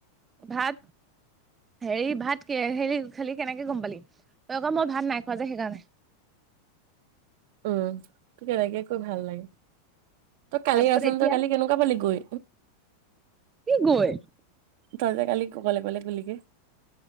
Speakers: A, on the right; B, on the right.
A: ভাত হেৰি, ভাত কিহেৰে হেৰি খালি কেনেকে গম পালি। তই আকৌ মই ভাত নাই খোৱা যে সেইকাৰণে।
B: উম তো কেনেকে কৈ ভাল লাগে তই কালি
A: তাৰপিছত
B: ৰচোন
A: এতিয়া
B: তই কালি কেনেকুৱা পালি গৈ
A: কি গৈ
B: তই যে কালি <inaudible>